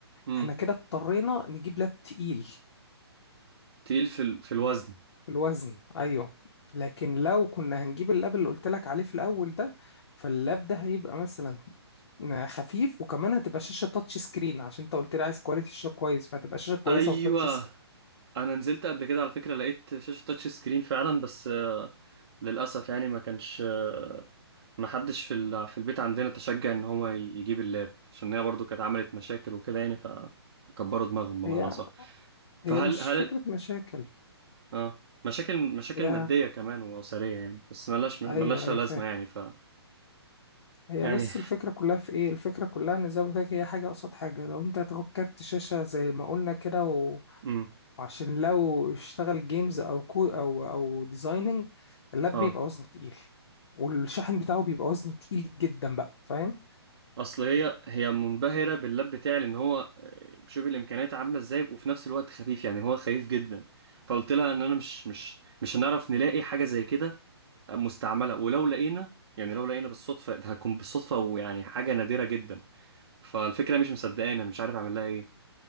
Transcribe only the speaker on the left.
احنا كده اضطرينا نجيب لاب تقيل
في الوزن ايوه لكن لو كنا هنجيب اللاب اللي قلت لك عليه في الاول ده فاللاب ده هيبقى مثلا خفيف وكمان هتبقى شاشة تاتش سكرين عشان انت قلت لي عايز كواليتي الشاشة كويس فهتبقى شاشة كويسة
وتاتش سكرين
فهي
هي مش
فكرة مشاكل
هي
ايوه ايوه
فاهم
هي
بس الفكرة كلها في ايه الفكرة كلها ان زي ما قلت لك هي حاجة قصاد حاجة لو انت هتاخد كارت شاشة زي ما قلنا كده و...
وعشان لو اشتغل جيمز او كو او او ديزايننج اللاب
بيبقى وزنه تقيل والشاحن بتاعه بيبقى وزنه تقيل جدا بقى فاهم